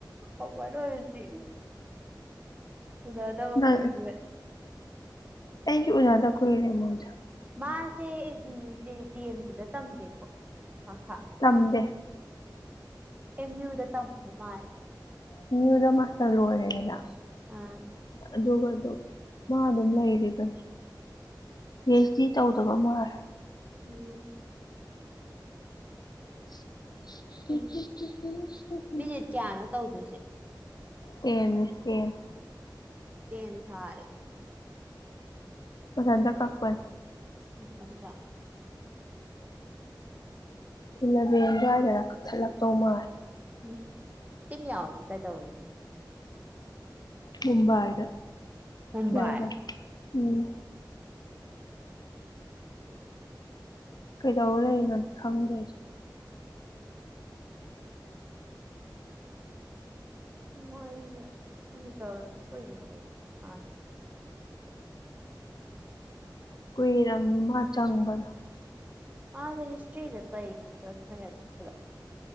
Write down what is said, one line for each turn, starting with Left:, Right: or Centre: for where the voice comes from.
Right: ꯉꯝꯃꯥꯔꯣꯏ ꯍꯨꯖꯤꯛ ꯎꯅꯗꯕ
Left: ꯅꯪ
Right: ꯀꯨꯏꯕꯩ
Left: ꯑꯩꯁꯨ ꯎꯅꯗꯕ ꯀꯨꯏꯔꯦ ꯃꯣꯏꯗ
Right: ꯃꯥꯁꯦ ꯗꯤ ꯑꯦꯝ ꯌꯨꯗ ꯇꯝꯗꯦꯀꯣ ꯃꯈꯥ
Left: ꯇꯝꯗꯦ
Right: ꯑꯦꯝ ꯌꯨꯗ ꯇꯝꯕ ꯃꯥꯜꯂꯦ
Left: ꯑꯦꯝ ꯌꯨꯗ ꯃꯥꯁꯇꯔ ꯂꯣꯏꯔꯦꯗꯅ
Right: ꯑꯥ
Left: ꯑꯗꯨꯒ ꯑꯗꯨ ꯃꯥ ꯑꯗꯨꯝ ꯂꯩꯔꯤꯕꯅꯤ ꯄꯤ ꯑꯩꯆ ꯗꯤ ꯇꯧꯗꯕ ꯃꯥꯜꯂꯦ
Right: ꯎꯝ
Left: ꯎ
Right: ꯑꯦ ꯃꯤꯅꯤꯠ ꯀꯌꯥꯅꯣ ꯇꯧꯗꯣꯏꯁꯦ
Left: ꯇꯦꯟꯅꯦ ꯇꯦꯟꯟꯟ
Right: ꯇꯦꯟ ꯐꯥꯔꯦ
Left: ꯃꯊꯟꯇ ꯀꯛꯄꯅꯤ
Right: ꯃꯊꯟꯇ
Left: ꯏꯂꯚꯦꯟ ꯑꯗꯨꯋꯥꯏꯗꯔ ꯀꯛꯊꯠꯂꯛꯇꯧ ꯃꯥꯜꯦ
Right: ꯎꯝ ꯇꯤꯝ ꯌꯥꯎꯗꯤ ꯀꯥꯏꯗꯧ ꯑꯣꯏ
Left: ꯃꯨꯝꯕꯥꯏꯗ
Right: ꯃꯨꯝꯕꯥꯏ
Left: ꯂꯩꯕꯅꯦ ꯎꯝ ꯀꯩꯗꯧ ꯂꯩꯅꯣꯗꯤ ꯈꯪꯗꯦ ꯑꯩꯁꯨ
Right: ꯃꯣꯏ ꯎꯗꯕꯥꯁꯨ ꯀꯨꯏꯅ ꯑꯩꯗꯤ ꯃꯥ
Left: ꯀꯨꯏꯔꯝꯃꯤ ꯃꯥ ꯆꯪꯕꯗꯣ
Right: ꯃꯥꯁꯦ ꯍꯤꯁꯇ꯭ꯔꯤꯗ ꯇꯩꯔꯤ ꯅꯠꯇ꯭ꯔꯣ ꯅꯣꯏ ꯑꯗꯨꯝ ꯄꯨꯂꯞ